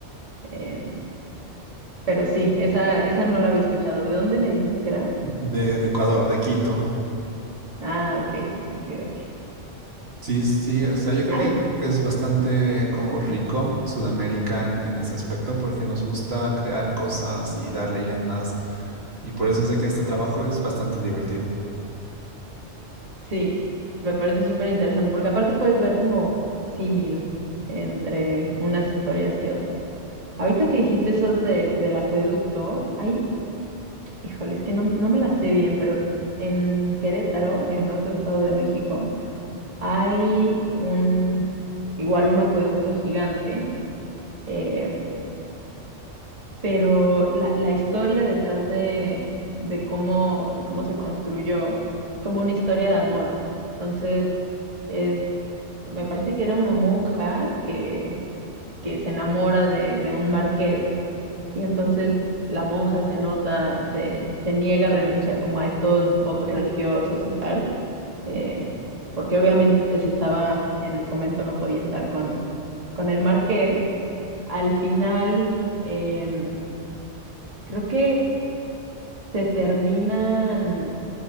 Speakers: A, on the right (about 30°); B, on the right (about 60°).
A: Em, pero sí, esa, esa no la había escuchado. ¿De dónde me dijiste que era?
B: de, de Ecuador, de Quito.
A: Ah, ok, ok, ok.
B: Sí, sí, o sea,
A: Sí,
B: yo creo
A: Ay,
B: que, que es bastante como rico Sudamérica en, en ese aspecto porque nos gusta crear cosas y dar leyendas y por eso es de que este trabajo es bastante divertido.
A: sí, me parece súper interesante porque aparte puedes ver como símil entre unas historias y otras. Ahorita que dijiste eso de, del acueducto, ay, híjole, es que no, no me la sé bien, pero en Querétaro, en otro estado de México, Hay un, igual un acueducto gigante, eh, pero la, la historia detrás de, de cómo, de cómo se construyó, como una historia de amor. Entonces, es, me parece que era una monja que, que se enamora de, de un marqués y entonces la monja se nota, se, se niega a renunciar como a estos votos religiosos y tal eh, porque obviamente si estaba en el convento no podía estar con, con el marqués. Al final, em, creo que se terminan,